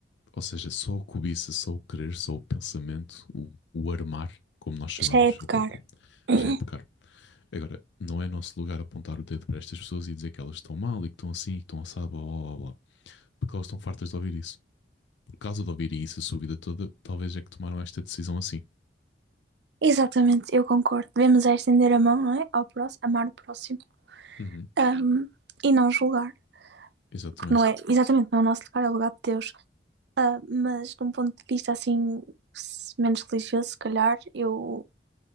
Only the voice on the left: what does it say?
Ou seja, só a cobiça, só o querer, só o pensamento, o, o armar, como nós chamamos,
ou- ou
já é pecar. Agora, não é nosso lugar apontar o dedo para estas pessoas e dizer que elas estão mal e que estão assim e que estão assado, blá blá blá blá. Porque elas estão fartas de ouvir isso. Por causa de ouvirem isso a sua vida toda, talvez é que tomaram esta decisão assim.
Uhum,
exatamente.